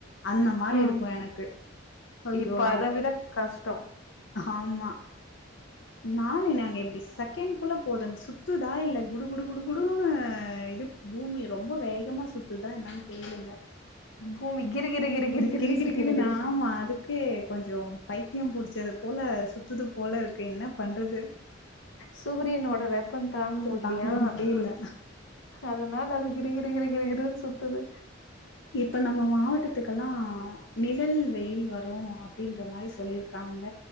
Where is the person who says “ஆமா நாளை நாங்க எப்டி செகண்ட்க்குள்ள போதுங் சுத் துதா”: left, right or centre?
Left